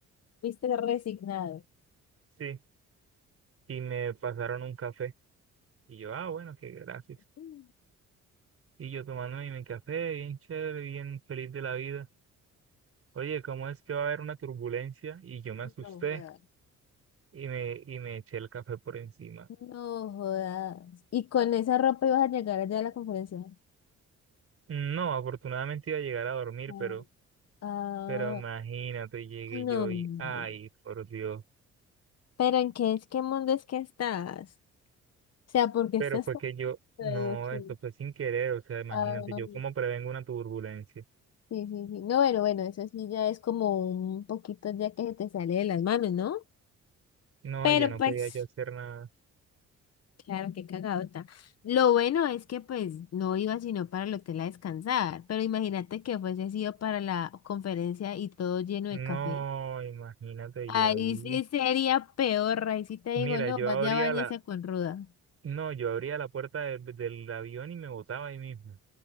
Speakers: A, on the left (about 55°); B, on the right (about 50°).
A: Fuiste resignado.
B: sí, y me pasaron un café. Y yo, ah, bueno, qué gracias.
A: Mm,
B: Y yo tomándome mi café, bien chévere, bien feliz de la vida. Oye, ¿cómo es que va a haber una turbulencia? Y yo me asusté
A: No, no.
B: y me, y me eché el café por encima.
A: No jodas. ¿Y con esa ropa ibas a llegar allá a la conferencia?
B: No, afortunadamente iba a llegar a dormir,
A: Mm.
B: pero,
A: Ah,
B: pero imagínate, llegué
A: no.
B: yo y, ay, por Dios.
A: ¿Pero en qué es qué mundo es que estás? O sea, ¿por qué
B: Pero
A: estás
B: fue
A: tan
B: que yo, no,
A: digo que...
B: eso fue sin querer, o sea, imagínate,
A: Ah,
B: yo cómo prevengo una turbulencia.
A: sí, sí, sí. No, bueno, bueno, eso sí ya es como un poquito ya que se te sale de las manos, ¿no?
B: No,
A: Pero
B: ya no
A: pues,
B: podía yo hacer nada.
A: claro, qué cagadota. Lo bueno es que pues no iba sino para el hotel a descansar, pero imagínate que fuese sido para la conferencia y todo lleno
B: No,
A: de café.
B: imagínate,
A: Ahí
B: yo ahí.
A: sí sería peor, ahí sí te
B: Mira,
A: digo, no,
B: yo
A: vaya,
B: abría
A: báñese
B: la,
A: con ruda.
B: no, yo abría la puerta del, del avión y me botaba ahí mismo.